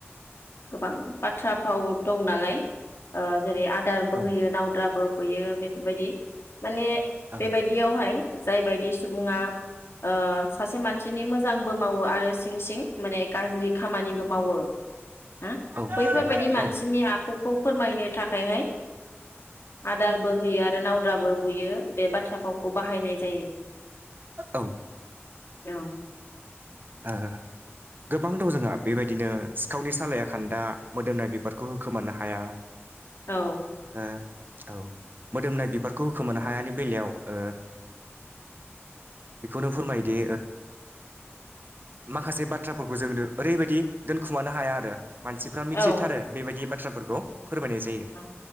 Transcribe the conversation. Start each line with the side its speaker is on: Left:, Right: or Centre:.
Left: गोबां बाथ्रा फाव दं नालाय जेरै आदारबो
Right: औ
Left: होयो नावद्राबो बुयो बेफोरबायदि माने
Right: औ
Left: बेबायदियावहाय जायबायदि सुबुङा ओ सासे मानसिनि मोजांबो मावो आरो सिं सिं माने गाज्रि खामानिबो मावो हा
Right: औ
Left: बैफोरबायदि
Right: नंगौ
Left: मानसिनि
Right: औ
Left: आखुखौ फोरमायनो थाखायहाय आदारबो होयो आरो नावद्राबो बुयो बे बाथ्रा फावखौ बाहायनाय जायो।
Right: औ ओ
Left: औ
Right: ओ गोबां दं जोंहा बेबायदिनो सिखावनि सालाया खान्दा मोदोमनाय बिबारखौ होखोमानो हाया
Left: औ
Right: ओ औ मोदोमनाय बिबारखौ होखोमानो हायानि बेलायाव ओ बेखौनो फोरमायदि माखासे बाथ्राफोरखौ जोंनो ओरैबायदि दोनखुमानो हाया आरो मानसिफ्रा मिथिथारो
Left: औ
Right: बेबायदि बाथ्राफोर <unintelligible> फोरमायनाय जायो
Left: औ